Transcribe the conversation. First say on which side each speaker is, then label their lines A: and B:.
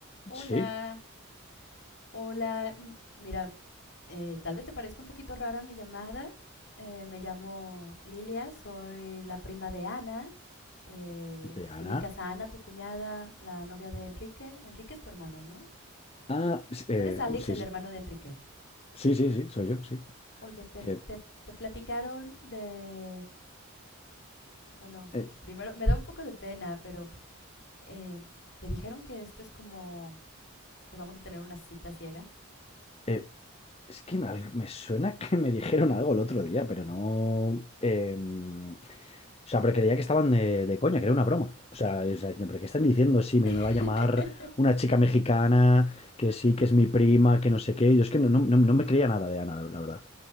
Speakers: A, on the left; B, on the left.
A: Hola,
B: Sí,
A: hola. m- Mira, eh, tal vez te parezca un poquito rara mi llamada. Eh, me llamo Lilia, soy la prima de Ana. Eh,
B: de Ana.
A: si ubicas a Ana, tu cuñada, la novia de Enrique. Enrique es tu hermano, ¿no?
B: Ah, s- eh,
A: Tú eres Alex,
B: sí,
A: el
B: sí,
A: hermano de Enrique.
B: sí, sí, sí, soy yo, sí.
A: Oye, te,
B: Que,
A: te, te platicaron de... Bueno,
B: eh,
A: primero, me da un poco de pena, pero eh, ¿te dijeron que esto es como que vamos a tener unas citas ciegas?
B: eh, es que me, al- me suena que me dijeron algo el otro día, pero no... em, o sea, pero creía que estaban de, de coña, que era una broma. O sea, y- o sea, diciendo, pero ¿qué están diciendo? Sí, me, me va
A: <laughs>
B: a llamar una chica mexicana, que sí, que es mi prima, que no sé qué. Yo es que no, no, no- no me creía nada de Ana, la verdad.